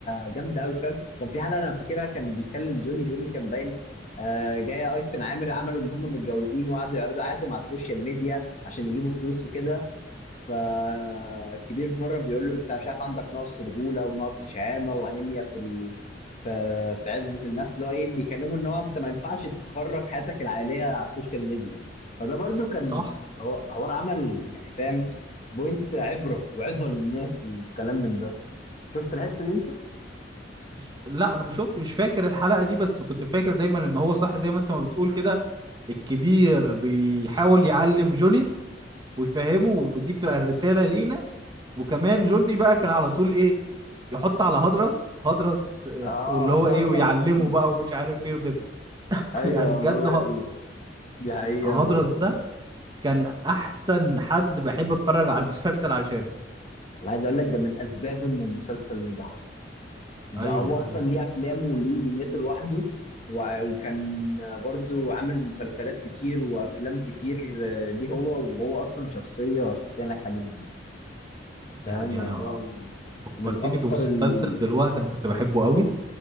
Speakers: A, on the left; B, on the right.
A: جامده قوي فاهم كان في حلقه انا فاكرها كان بيكلم جوني جوني كان باين آه، جايه ايتن عامر عملوا ان هم متجوزين وقعدوا يعرضوا حياتهم على السوشيال ميديا عشان يجيبوا فلوس وكده فالكبير في مره بيقول له انت مش عارف عندك نقص رجوله ونقص شهامه وانيميا في ال... في في عزه الناس اللي هو ايه بيكلمه ان هو انت ما ينفعش تخرج حياتك العائليه على السوشيال ميديا فده برضو كان
B: صح
A: هو هو عمل يعني فاهم بوينت عبره وعظه للناس والكلام من ده شفت الحته دي انت؟
B: مش- لا انا ما شفت مش فاكر الحلقه دي بس كنت فاكر دايما ان هو صح زي ما انت ما بتقول كده الكبير بيحاول يعلم جوني ويفهمه ودي بتبقى الرسالة لينا وكمان جوني بقى كان على طول ايه يحط على هدرس هدرس آه،
A: اه
B: واللي هو
A: <laughs>
B: ايه ويعلمه بقى ومش عارف ايه وكده <laughs>
A: ايوه
B: يعني بجد
A: والله
B: ه-
A: دي دي حقيقه
B: هدرس
A: بالظبط
B: ده كان احسن حد بحب اتفرج على المسلسل عشانه
A: انا عايز اقول لك ده من اسباب ان المسلسل نجح اصلا ده
B: ايوه
A: هو اصلا
B: ايوه
A: ليه افلامه وليه دنيته لوحده و- وكان برضو عامل مسلسلات كتير وافلام كتير آه، ليه هو وهو اصلا شخصيه شخصيه ناجحه جدا فاهم
B: يعني
A: يعني
B: انا
A: هو من
B: فكرتني
A: من اكثر
B: بمسلسل
A: ال
B: دلوقتي انا كنت بحبه قوي